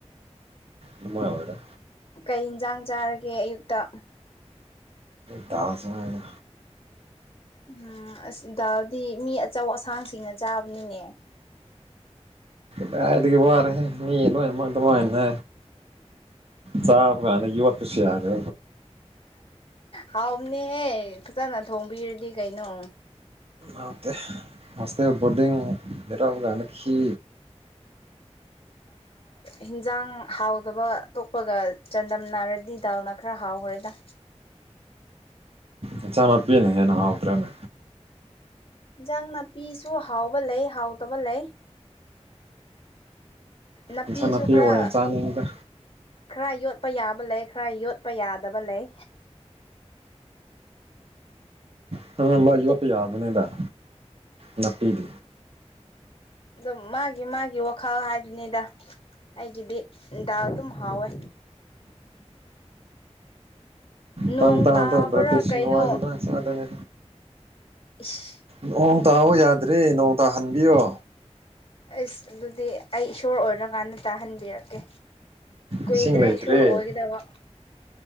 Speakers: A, on the right; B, on the left.
A: ꯅꯨꯡꯃꯥꯏ ꯑꯣꯏꯗ
B: ꯀꯩ ꯏꯟꯁꯥꯡ ꯆꯥꯔꯒꯦ ꯑꯌꯨꯛꯇ
A: ꯇꯥꯁ ꯍꯥꯏꯅꯤ
B: ꯎꯝ ꯑꯁ ꯗꯥꯗꯤ ꯃꯤ ꯑꯆꯧ ꯑꯁꯥꯡꯁꯤꯡꯅ ꯆꯥꯕꯅꯤꯅꯦ
A: ꯗꯥꯏꯗꯒꯤ ꯋꯥꯔꯦ ꯃꯤ ꯂꯣꯏꯅꯃꯛ ꯑꯗꯨꯃꯥꯏꯅ ꯆꯕ ꯀꯅ ꯌ ꯋꯥ ꯈꯨꯁꯤ ꯌꯥꯔꯦ
B: ꯍꯥꯎꯅꯦꯍꯦ ꯐꯖꯅ ꯊꯣꯡꯕꯤꯔꯗꯤ ꯀꯩꯅꯣ
A: ꯑ ꯃꯁꯦ ꯣꯔꯗꯤꯔꯈꯤ
B: ꯍꯤꯟꯖꯥꯡ ꯍꯥꯎꯗꯕ ꯑꯇꯣꯞꯄꯒ ꯆꯥꯟꯗꯝꯅ ꯔꯗꯤ ꯗꯥꯜꯅ ꯈꯔ ꯍꯥꯎꯋ ꯍꯣꯔꯣꯏꯗ
A: ꯏꯟꯆꯥꯃꯅꯥꯄꯤꯅ ꯍꯦꯟꯅ ꯍꯥꯎꯈ꯭ꯔꯦꯅꯦ
B: ꯟꯖꯥꯡ ꯅꯥꯄꯤꯁꯨ ꯍꯥꯎꯕ ꯂꯩ ꯍꯥꯎꯗꯕ ꯂꯩ ꯅꯥꯄꯤꯁꯨ
A: ꯏꯟꯁꯥꯡ ꯅꯥꯄꯤ
B: ꯈꯔ
A: ꯑꯣꯏꯅ ꯆꯥꯅꯤꯡꯉꯤꯗ
B: ꯈꯔ ꯌꯣꯠ ꯠꯄ ꯌꯥꯕ ꯂꯩ ꯈꯔ ꯌꯣꯠꯄ ꯌꯥꯗꯕ ꯂꯩ
A: ꯑꯗꯨꯝꯕ
B: ꯑꯇꯣ
A: ꯌꯣꯠꯄ ꯌꯥꯕꯅꯤꯗ ꯅꯥꯄꯤꯗꯤ
B: ꯑ ꯃꯥꯒꯤ ꯃꯥꯒꯤ ꯋꯥꯈꯜ ꯍꯥꯏꯗꯨꯅꯤꯗ ꯑꯩꯒꯤꯗꯤ ꯗꯥ ꯑꯗꯨꯝ ꯍꯥꯎꯋꯦ ꯅꯣꯡ
A: ꯇ ꯇꯗ
B: ꯇꯥꯕ꯭ꯔꯥ
A: ꯭ꯔꯤꯇꯤꯤꯁꯅ
B: ꯀꯩꯅꯣ
A: ꯋꯥꯖꯗꯥꯗꯅꯦ
B: ꯏꯁ
A: ꯅꯣꯡ ꯇꯥꯑꯣ ꯌꯥꯗ꯭ꯔꯔꯤ ꯅꯣꯡ ꯇꯥꯍꯟꯕꯤꯌꯣ
B: ꯑꯁ ꯑꯗꯨꯗꯤ ꯑꯩ ꯏꯁꯣꯔ ꯑꯣꯏꯔꯀꯥꯟꯗ ꯇꯥꯍꯟꯕꯤꯔꯛꯀꯦ
A: ꯏꯁꯤꯡ
B: ꯀꯣꯏꯗ꯭ꯔꯦ
A: ꯂꯩꯇ꯭ꯔꯦ
B: ꯏꯁꯣꯔ ꯍꯒꯗꯕ